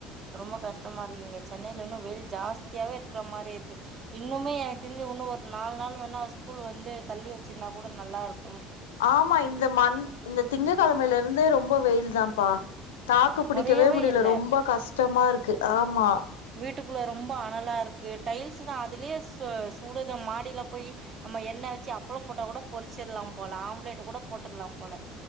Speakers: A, on the right; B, on the left.
A: ரொம்ப கஷ்டமா இருக் இங்க சென்னை ல்ல இன்னு வெயில் ஜாஸ்தியாவே இருக்கிற மாரி இருக்கு இன்னுமே எனக்கு தெரிஞ்ச இன்னு ஒரு நாலு நாள் வேணா ஸ்கூல் வந்து தள்ளி வச்சிருந்தா கூட நல்லா இருக்
B: ஆமா இந்த மண் இந்த திங்க கிழமையில இருந்து ரொம்ப வெயில் தாம்ப்பா தாக்கு
A: ஆ
B: புடிக்கவே
A: கொறையவே
B: முடியல
A: இல்ல
B: ரொம்ப கஷ் ஷ்டமா இருக்கு ஆமா
A: வீட்டுக்குள்ள ரொம்ப அனலா இருக்கு டைல்ஸ்தா அதுலயே சு சூடுது மாடியில போய் நம்ம எண்ணெய் வச்சி அப்பளோ போட்டா கூட பொறிச்சிரலா போல ஆம்லேட் கூட போட்டறலா போல